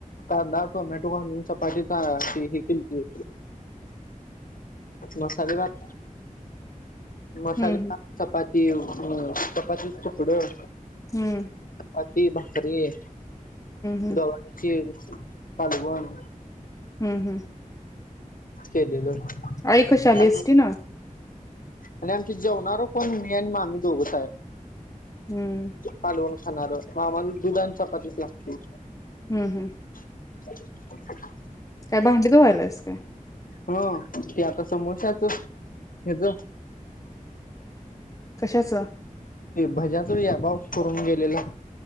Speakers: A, on the left (about 75°); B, on the left (about 25°).
A: कांदा टोमॅटो घालून चपातीचा हे केलती. मसाले भात. मसाले
B: हम्म
A: भा चपा तेल चपातीच तुकडं
B: हं
A: अती भाकरीय
B: हम्म
A: गवारीची कालवा अल
B: हम्म हम्म.
A: केलेलं
B: आई कशी आली
A: आणि
B: एस्टीन
A: आणि आमची जेवणार पण मी आणि मामी दोघंच आहे.
B: हम्म
A: कालवण खाणार मग आम्हाला दुध आणि चपातीच लागते.
B: हम्म हम्म
A: <unintelligible>
B: काय भांडी धुवायलास काय.
A: हा ते आता समोश्याच ह्याज
B: कशाचं?
A: ते भज्याचा या अभव करून गेलेला.